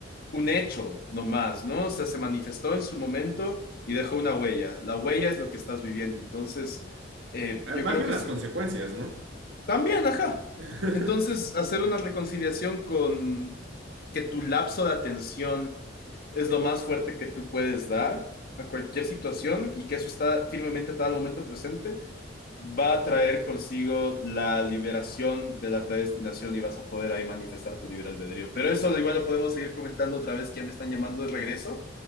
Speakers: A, on the left; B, on the right.
A: un hecho nomás, ¿no? O sea, se manifestó en su momento y dejó una huella. La huella es lo que estás viviendo. Entonces, eh,
B: Eh,
A: yo
B: Más
A: creo
B: bien
A: que
B: las
A: sí.
B: consecuencias, ¿no?
A: También, ajá.
B: <laughs>
A: Entonces, hacer una reconciliación con que tu lapso de atención es lo más fuerte que tú puedes dar a cualquier situación y que eso está firmemente atado al momento presente, va a traer consigo la liberación de la predestinación y vas a poder ahí manifestar tu libre albedrío. Pero eso igual lo podemos seguir comentando otra vez, que ya me están llamando de regreso